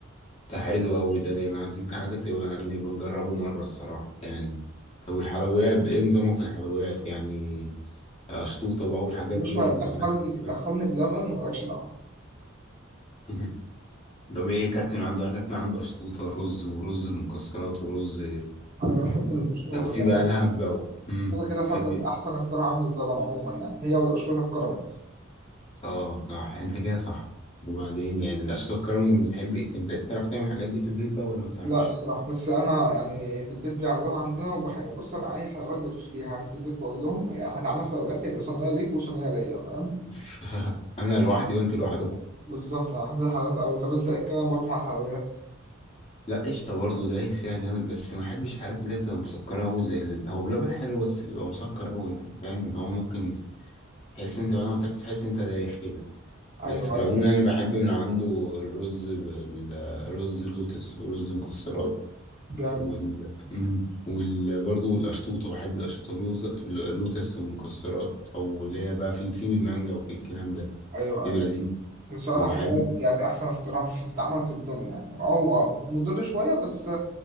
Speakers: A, on the left; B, on the right.
A: ده حلو أوي ده دايما عايزين عايزك تبقى نبقى نجربه مرة الصراحة يعني طب والحلويات ايه نظامك في الحلويات يعني أشطوطة بقى والحاجات
B: يا باشا
A: دي ولا
B: دخلني
A: مالك في الكلام؟
B: دخلني بلبن ومالكش دعوه
A: <laughs> طب ايه كانت من عنده انا كانت من عنده أشطوطة رز ورز مكسرات ورز
B: انا بحب القشطوطه
A: لو في
B: بحب
A: بقى لهب أو مم.
B: كده كده الهبه
A: تحب
B: دي احسن اختراع عمله بلبن عموما يعني هي والقشطوطه الكراميل
A: اه صح انت كده صح وبعدين يعني الاشخاص كرم بتحب ايه انت بتعرف تعمل الحاجات دي في البيت بقى ولا ما بتعرفش
B: لا الصراحه بس انا يعني في البيت بيعملوها عندنا وبحب بص انا اي حلويات بدوس فيها يعني في البيت بقول لهم هتعملوا حلويات يبقى صينيه ليك وصينيه ليا فاهم
A: <laughs> انا لوحدي وانت لوحدكم
B: بالظبط انا بحب الحلويات قوي طب انت ايه الكلام برضو مع الحلويات
A: لا قشطه برضه دايس فيها جامد بس ما احبش الحاجات اللي هي بتبقى مسكره قوي زي ال... هو بلبن حلو بس بيبقى مسكر قوي يعني فاهم اللي هو ممكن تحس انت بعد ما تاكل تحس انت دايخ كده
B: ايوه
A: بس في
B: ايوه
A: العموم يعني انا بحب من عنده الرز بالرز لوتس ورز مكسرات
B: جامد
A: وال مم. وال برضه القشطوطة بحب القشطوطة لوز لوتس ومكسرات أو اللي هي بقى في في بالمانجا وفي الكلام ده
B: ايوه
A: بيبقى
B: ايوه
A: لذيذ
B: بصراحة
A: وبحبه
B: حققت يعني أحسن اختراع في في اتعمل في الدنيا يعني هو مضر شوية بس